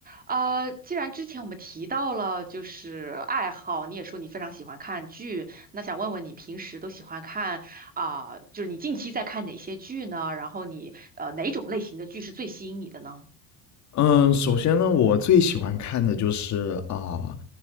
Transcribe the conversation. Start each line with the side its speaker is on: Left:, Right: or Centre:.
Right: 呃，既然之前我们提到了就是爱好，你也说你非常喜欢看剧，那想问问你平时都喜欢看啊，就是你近期在看哪些剧呢？然后你呃哪种类型的剧是最吸引你的呢？
Left: 嗯，首先呢，我最喜欢看的就是啊，